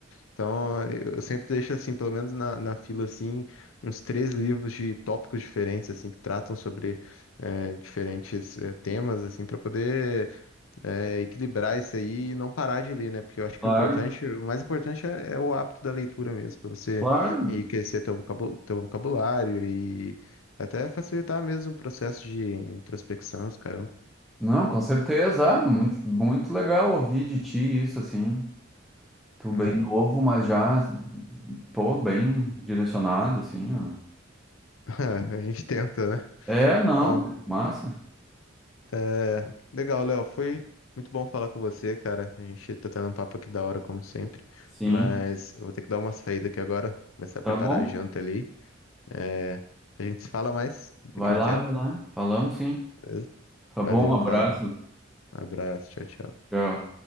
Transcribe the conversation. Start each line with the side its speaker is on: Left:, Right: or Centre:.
Left: Então, eu eu sempre deixo, assim, pelo menos na, na fila, assim, uns três livros de tópicos diferentes, assim, que tratam sobre eh, diferentes eh, temas, assim, para poder eh, equilibrar isso aí e não parar de ler, né? Porque eu acho que
Centre: claro,
Left: o importante, o mais importante é, é o hábito da leitura mesmo, para você
Centre: claro.
Left: enriquecer teu vocabu- teu vocabulário e até facilitar mesmo o processo de introspecção, os caramba,
Centre: Não, com certeza, ah, muito, muito legal ouvir de ti isso, assim. Tu
Left: né?
Centre: bem novo, mas já, pô, bem direcionado, assim, ó.
Left: <laughs> A gente tenta, né?
Centre: É, não,
Left: Bom,
Centre: massa.
Left: É, legal, Léo. Foi muito bom falar com você, cara. A gente tá tendo um papo aqui da hora, como sempre.
Centre: Sim,
Left: Mas eu vou ter que dar uma saída aqui agora, começar a
Centre: tá
Left: preparar
Centre: bom.
Left: a janta ali. É, a gente se fala mais daqui
Centre: Vai
Left: a um
Centre: lá,
Left: tempo.
Centre: vai lá. Falamos, sim.
Left: beleza?
Centre: Tá
Left: Valeu,
Centre: bom, abraço.
Left: cara. Abraço, tchau, tchau.
Centre: Tchau.